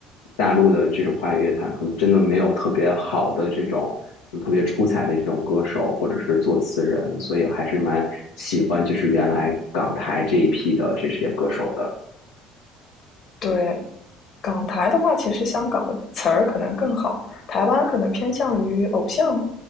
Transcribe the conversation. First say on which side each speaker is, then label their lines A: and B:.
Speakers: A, on the left (about 80°); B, on the left (about 55°).
A: 大陆的这种华语乐坛，可能真的没有特别好的这种嗯特别出彩的这种歌手或者是作词人，所以还是蛮喜欢就是原来港台这一批的这些歌手的。
B: 对，港台的话，其实香港的词儿可能更好，台湾可能偏向于偶像，